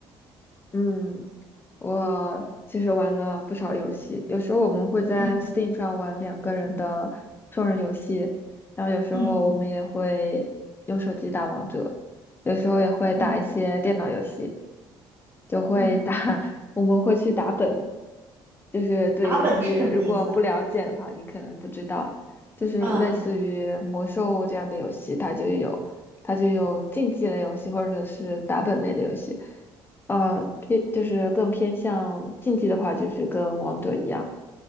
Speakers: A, on the left; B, on the right.
A: <laughs> 嗯，我其实玩了不少游戏，有时候我们会在
B: 嗯
A: Steam 上玩两个人的双人游戏，然后有时候我们也会用手机打王者，
B: 嗯
A: 有时候也会打一些电脑游戏。
B: 嗯
A: 就会打，
B: 嗯，嗯，
A: <laughs> 我们会去打本，就是对游戏如果不了解的话，
B: 打本是什么意思啊？
A: 你可能不知道，就是类似于魔兽这样的游戏，
B: 嗯，
A: 它就有它就有竞技类游戏或者是打本类的游戏，呃，偏就是更偏向竞技的话，就是跟王者一样，